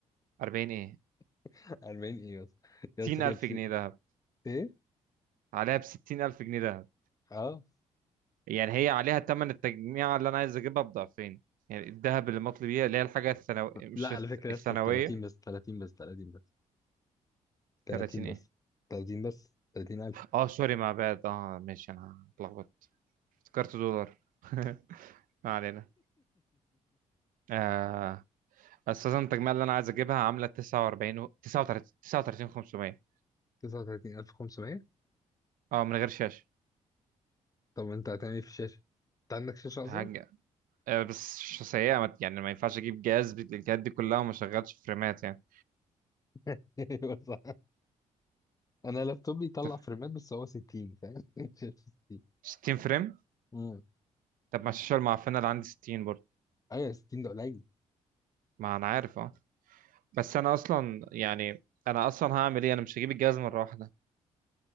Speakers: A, on the right; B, on the left.
A: 40 ايه
B: <laughs> 40 ايه يا
A: 60
B: اسطى
A: الف
B: يا اسطى
A: جنيه
B: كده بس-
A: ذهب
B: ايه
A: عليها ب 60 الف جنيه ذهب
B: اه
A: يعني هي عليها ثمن التجميع اللي انا عايز اجيبها بضعفين يعني الذهب اللي مطلوب بيه اللي هي الحاجة الثانوية مش
B: لا
A: الث-
B: على فكره يا
A: الثانوية
B: اسطى 30 بس 30 بس 30 بس 30
A: 30 ايه
B: بس 30 بس 30
A: اه سوري مع بعض اه ماشي انا اتلخبطت افتكرت دولار <laughs> ما علينا آه اساسا التجميع اللي انا عايز اجيبها عامله 49 و... 39 39 500
B: 39500
A: اه من غير شاشه
B: طب انت هتعمل ايه في الشاشة؟ انت عندك شاشة اصلا؟
A: حاجه آه بس ش- سيئه ما- يعني ما ينفعش اجيب جهاز بالامكانيات دي كلها وما شغلش فريمات يعني
B: <laughs> ايوه صح انا لابتوب بيطلع
A: أنت فاهم؟
B: فريمات بس هو 60 فاهم؟ <laughs> شاشة 60
A: 60 فريم
B: امم
A: طب ما الشاشه المعفنه اللي عندي 60 برضه
B: ايوه 60 ده قليل
A: ما انا عارف اه بس انا اصلا يعني انا اصلا هعمل ايه انا مش هجيب الجهاز مره واحده